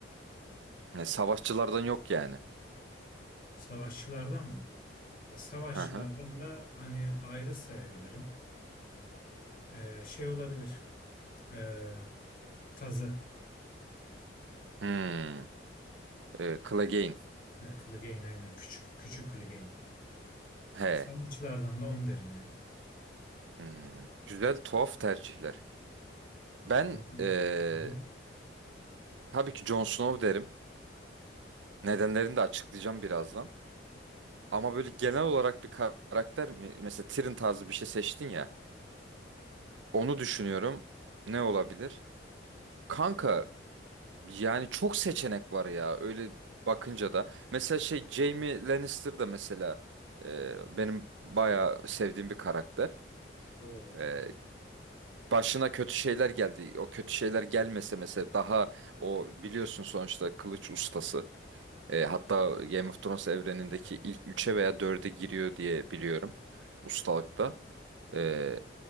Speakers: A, on the right; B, on the left.
A: E, savaşçılardan yok yani.
B: Savaşçılardan mı? Ya savaşçılardan
A: Hı hı.
B: da hani ayrı sayabilirim. Eee, şey olabilir. Eee, Tazı.
A: Hmm. E, Clegane.
B: Ha, Clegane aynen. Küçük, küçük Clegane.
A: He.
B: Savaşçılardan da onu derim ya.
A: Hmm. Güzel tuhaf tercihler. Ben
B: Yani,
A: e,
B: Hı hı.
A: tabii ki Jon Snow derim. Nedenlerini de açıklayacağım birazdan. Ama böyle genel olarak bir karakter mi- mesela Tyrion tarzı bir şey seçtin ya.
B: Evet,
A: Onu düşünüyorum. Ne olabilir? Kanka Yani çok seçenek var ya öyle bakınca da. Mesela şey Jaime Lannister da mesela e, benim bayağı sevdiğim bir karakter.
B: doğru.
A: E,
B: Evet.
A: başına kötü şeyler geldi. O kötü şeyler gelmese mesela daha o biliyorsun sonuçta kılıç ustası. E, hatta Game of Thrones evrenindeki ilk üçe veya 4'e giriyor diye biliyorum ustalıkta. E,